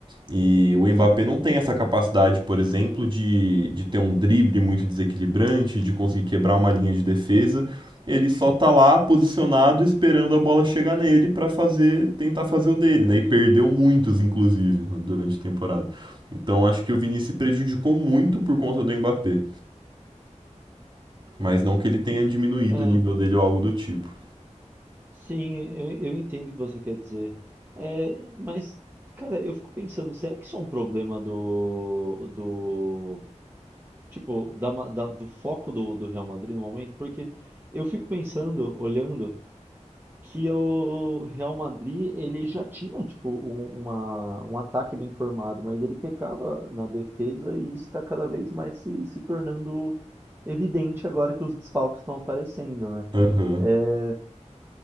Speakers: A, on the right; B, on the right.
A: E o Mbappé não tem essa capacidade, por exemplo, de, de ter um drible muito desequilibrante, de conseguir quebrar uma linha de defesa. Ele só tá lá posicionado esperando a bola chegar nele para fazer tentar fazer o dele, né? E perdeu muitos, inclusive, né, durante a temporada. Então acho que o Vinícius se prejudicou muito por conta do Mbappé, mas não que ele tenha diminuído
B: Ah,
A: o nível dele ou algo do tipo.
B: sim, eu, eu entendo o que você quer dizer. É, mas, cara, eu fico pensando, será que isso é um problema do, do, tipo, da, ma- da- do foco do, do Real Madrid no momento? Porque eu fico pensando, olhando, que o Real Madrid, ele já tinha, tipo, um, uma, um ataque bem formado, mas ele pecava na defesa e isso está cada vez mais se, se tornando evidente agora que os desfalques estão aparecendo, né?
A: Aham.
B: É,
A: Uhum.